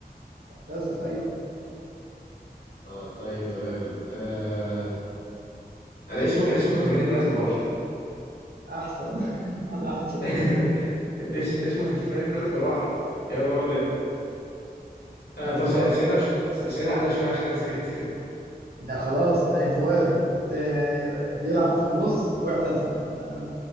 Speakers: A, on the right (about 70°); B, on the left (about 80°).
A: ابتسم ايوه
B: اه طيب تمام آه... انا اسمه انا اسمه كان في بالي دلوقتي وراح
A: احسن <laughs> انا احسن
B: <laughs>
A: كده
B: ايش اسمه كان في بالي دلوقتي وراح يا نهار ابيض آه
A: يلا
B: طب سهل
A: بقى
B: سهل عليا شويه عشان انا نسيت <laughs>
A: ده خلاص ده ايفواري إيه، بيلعب في النص واعتزل لان